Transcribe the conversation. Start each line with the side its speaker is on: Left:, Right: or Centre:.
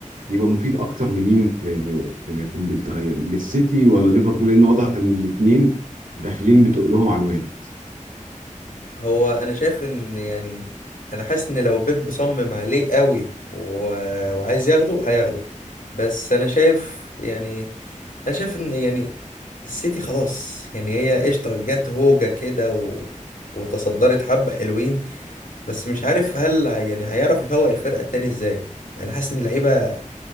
Right: يبقى مفيد اكتر لمين في في, في انجلترا للسيتي ولا ليفربول لان واضح ان الاثنين داخلين بتقولهم على الواد
Left: هو انا شايف ان يعني انا حاسس ان لو بيب صمم عليه قوي و... وعايز ياخده هياخده بس انا شايف يعني انا شايف ان يعني السيتي خلاص يعني هي قشطه جت هوجه كده و... وتصدرت حبه حلوين بس مش عارف هل هي- يعني هيعرف يفوق الفرقه التاني ازاي يعني حاسس ان اللعيبه